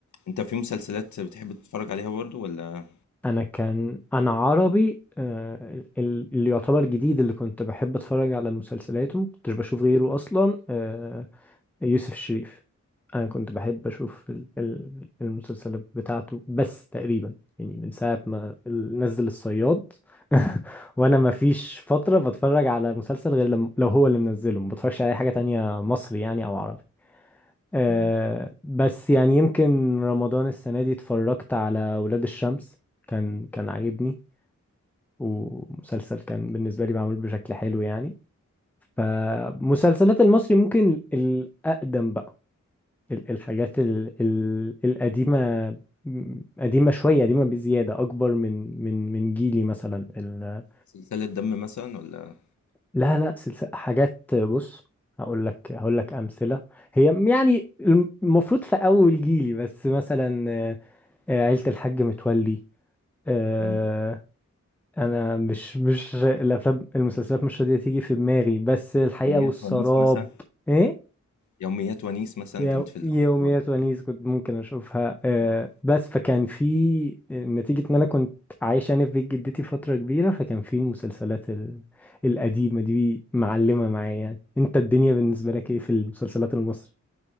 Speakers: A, on the left; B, in the centre.
A: انت في مسلسلات بتحب تتفرج عليها برضو ولا
B: انا كان انا عربي آه، ال- ال- اللي يعتبر جديد اللي كنت بحب اتفرج على مسلسلاته ما كنتش بشوف غيره اصلا آه، يوسف الشريف انا كنت بحب اشوف ال- ال- المسلسلات بتاعته بس تقريبا يعني من ساعه ما ال- نزل الصياد <laughs> وانا ما فيش فتره بتفرج على مسلسل غير لم... لو هو اللي منزله ما بتفرجش على اي حاجه تانية مصري يعني او عربي آه
A: مم.
B: بس يعني يمكن رمضان السنة دي اتفرجت على ولاد الشمس كان كان عاجبني ومسلسل كان بالنسبة لي معمول بشكل حلو يعني فمسلسلات المصري ممكن الأقدم بقى ال- الحاجات ال ال القديمة م- قديمة شوية قديمة بزيادة أكبر من من من جيلي مثلا ال
A: سلسلة دم مثلا ولا
B: لا لا سلسلة حاجات بص هقول لك هقول لك أمثلة هي يعني المفروض في أول جيلي بس مثلا آه، عيلة الحاج متولي آه،
A: مم.
B: انا مش مش الافلام المسلسلات مش راضية تيجي في دماغي بس الحقيقة
A: يوميات
B: والسراب
A: ونيس مثلا
B: ايه
A: يوميات ونيس مثلا
B: يو-
A: كانت في الاول
B: يوميات
A: برضه
B: ونيس كنت ممكن اشوفها آه،
A: آه.
B: بس فكان في نتيجة ان انا كنت عايش يعني في بيت جدتي فترة كبيرة فكان في المسلسلات ال- القديمة دي معلمة معايا يعني انت الدنيا بالنسبة لك ايه في المسلسلات المصري